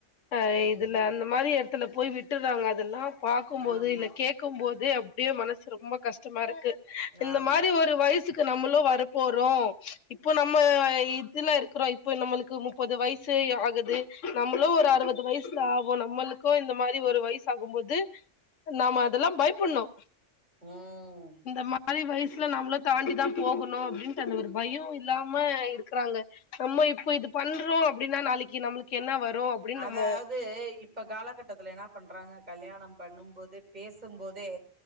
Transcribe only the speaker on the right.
ம்
ஆமா
ஆமா
உம்
அதாவது
இப் ப காலகட்டத்துல என்ன பண்றாங்க கல்யாணம் பண்ணும் போது பேசும் போதே